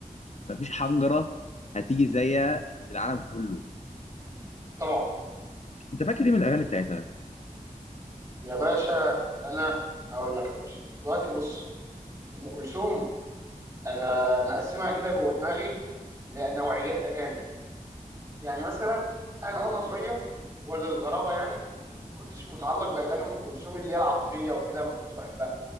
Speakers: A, on the left (about 50°); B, on the right (about 20°).
A: مفيش حنجره هتيجي زيها في العالم كله
B: طبعا
A: انت فاكر
B: يعني
A: ايه من
B: بدو...
A: الاغاني بتاعتها
B: ب... يا باشا انا هقول لك يا باشا دلوقتي بص ام كلثوم انا مقسمها كده جوه دماغي لنوعيات اغاني يعني مثلا انا وانا صغير ولا الغرابه يعني ما كنتش متعلق باغاني ام كلثوم اللي هي العاطفيه وكده ما كنتش بحبها